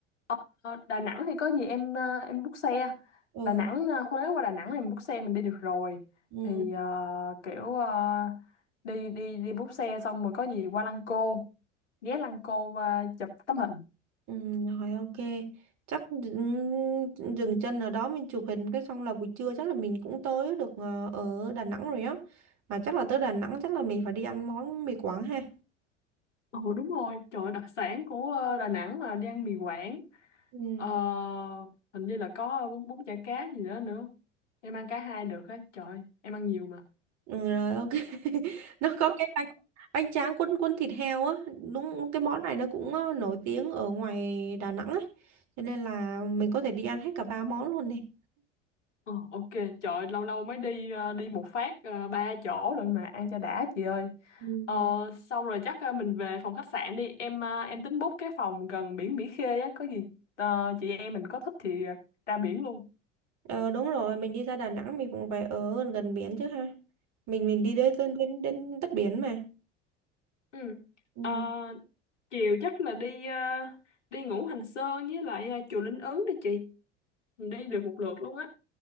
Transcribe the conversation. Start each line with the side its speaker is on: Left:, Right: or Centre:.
Left: Ờ, ờ, Đà Nẵng thì có gì em ờ, em book xe
Right: ừ.
Left: Đà Nẵng ờ, Huế qua Đà Nẵng em book xe mình đi được rồi
Right: Ừ.
Left: thì ờ, kiểu ờ, đi đi đi book xe xong rồi có gì qua Lăng Cô ghé Lăng Cô và chụp tấm hình
Right: Ừ, rồi ok chắc dừng, dừng chân ở đó mình chụp hình cái xong là buổi trưa chắc là mình cũng tới được ờ, ở Đà Nẵng rồi á mà chắc là tới Đà Nẵng chắc là mình phải đi ăn món mì Quảng ha
Left: ừ đúng rồi trời ơi, đặc sản của ờ, Đà Nẵng là đi ăn mì Quảng
Right: Ừ.
Left: Ờ, hình như là có bún, bún chả cá gì đó nữa em ăn cả hai được á trời em ăn nhiều mà
Right: ừ, rồi ok <laughs> nó có cái bánh bánh tráng quân quân thịt heo á đúng cái món này nó cũng ờ, nổi tiếng ở ngoài Đà Nẵng ấy cho nên là mình có thể đi ăn hết cả ba món luôn này
Left: Ờ, ok, trời ơi, lâu lâu mới đi ờ, đi một phát ờ, ba chỗ lận mà ăn cho đã chị ơi.
Right: Ừ.
Left: Ờ, xong rồi chắc ờ, mình về phòng khách sạn đi. Em ờ, em tính book cái phòng gần biển Mỹ Khê á, có gì ờ, chị em mình có thích thì ờ, ra biển luôn.
Right: Ờ đúng rồi, mình đi ra Đà Nẵng mình cũng phải ở gần, biển chứ ha. Mình mình đi đến đến đến, đến đất biển mà.
Left: Ừ.
Right: Ừ,
Left: Ờ, chiều chắc là đi ờ, đi Ngũ Hành Sơn với lại ờ, chùa Linh Ứng đi chị. Mình đi được một lượt luôn á.